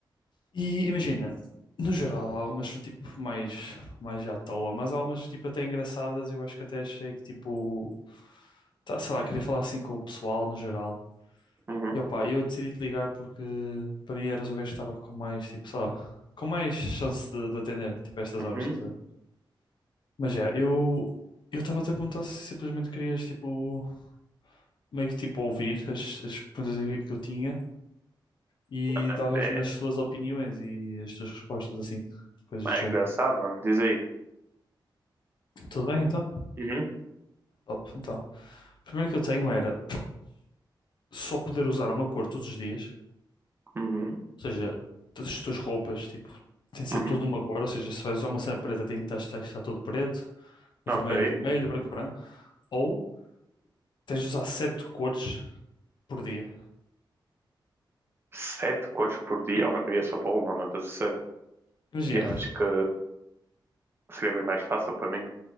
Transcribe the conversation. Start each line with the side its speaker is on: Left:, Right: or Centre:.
Left: E imagina, no geral, algumas são, tipo, mais, mais à toa, mas algumas, tipo, até engraçadas eu acho que até achei que, tipo... tá- sei lá, queria falar assim com o pessoal no geral
Right: Uhum.
Left: E opa, eu decidi te ligar porque para mim eras o gajo que estava com mais, tipo, só, com mais chance de, de atender, tipo, a estas
Right: Uhum.
Left: horas, estás a ver? Mas é, eu eu estava até a perguntar se simplesmente querias, tipo, meio que tipo ouvir as, as perguntas aqui que eu tinha e
Right: Mano,
Left: davas-me
Right: É,
Left: as tuas opiniões e as tuas respostas, assim, coisas
Right: é
Left: do género.
Right: é engraçado, mano. Diz aí.
Left: Tudo bem, então?
Right: Uhum.
Left: Top, então. A primeira que eu tenho era só poder usar uma cor todos os dias
Right: Uhum.
Left: Ou seja, todas as tuas roupas, tipo, tem de ser
Right: Uhum.
Left: tudo de uma cor. Ou seja, se vais usar uma cena preta, tem que estar estar tudo preto, vermelho,
Right: Ok.
Left: vermelho, branco, branco. Ou tens de usar sete cores por dia.
Right: Sete cores por dia. Oh, mano, eu ia só para uma, mano. Mas sério,
Left: Imagina,
Right: eu acho que seria bem mais fácil para mim.